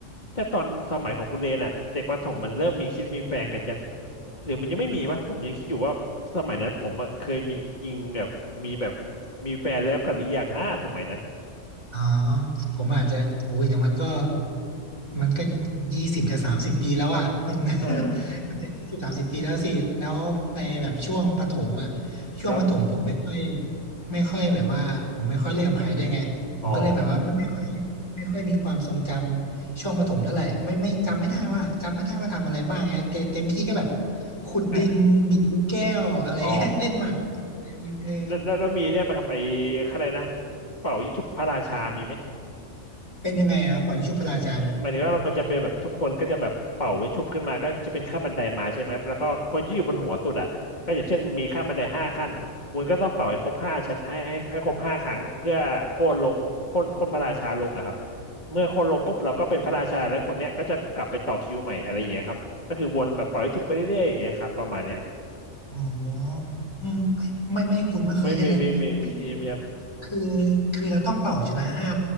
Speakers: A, on the left; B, on the left.
A: แต่ตอนสมัยของคุณเรียนอ่ะเด็กประถมมันเริ่มมีคิดมีแฟนกันยังหรือมันยังไม่มีปะผมยังคิดอยู่ว่าสมัยนั้นผมอะเคยมีอิงแบบมีแบบมีแฟนแล้วกันหรือยังหน้าสมัยนั้น
B: อ๋อผมอาจจะโอ้ยแต่มันก็มันก็ยี่สิบจะสามสิบปีแล้วอ่ะมัน
A: เออ
B: <laughs> มันจะยี่สิบสามสิบปีแล้วสิแล้วในแบบช่วงประถมอ่ะช่วงประถมผมไม่ค่อย
A: ครับ
B: ไม่ค่อยแบบว่าผมไม่ค่อยเล่นกับใครได้วยไงผมก็เลยแบบว่าไม่ไม่ค่อย
A: อ๋อ
B: ไม่ค่อยมีความทรงจำช่วงประถมเท่าไหร่ไม่ไม่จำไม่ได้ว่าจำไม่ได้ว่าทำอะไรบ้างไงเตเต็มที่ก็แบบขุดดินดีดลูกแก้วอะไรเงี้ยเล่นหมากอะไรเงี้ยเออ
A: เอออ๋อแล้วแล้วแล้วมีเนี่ยไหมครับไอ้อะไรนะเป่ายิงฉุบพระราชามีไหม
B: เป็นยังไงอะครับปล่อยชุบพระราชา
A: หมายถึงว่ามันจะเป็นแบบทุกคนก็จะแบบเป่าวิ้งฉุบขึ้นมาก็จะเป็นขั้นบันไดมาใช่ไหมครับแล้วก็คนที่อยู่บนหัวสุดอ่ะก็อย่างเช่นมีขั้นบันไดห้าขั้นคุณก็ต้องเป่าให้ครบห้าชั้นให้ให้ให้ครบห้าครั้งเพื่อโค่นลงโค่นโค่นพระราชาลงอะครับเมื่อโค่นลงปุ๊บเราก็เป็นพระราชาแล้วคนเนี้ยก็จะกลับไปต่อคิวใหม่อะไรอย่างเงี้ยครับก็คือวนแบบเป่าวิ้งฉุบไปเรื่อยๆอย่างเงี้ยครับประมาณเนี้ย
B: อ๋ออืมไม่ไม่คุ้นไม่เคยเล่นเลยนี่
A: ไม่ไม่ไม่ไม่ไม่ไม่ไม่ครับ
B: คือคือเราต้องเป่าชนะห้า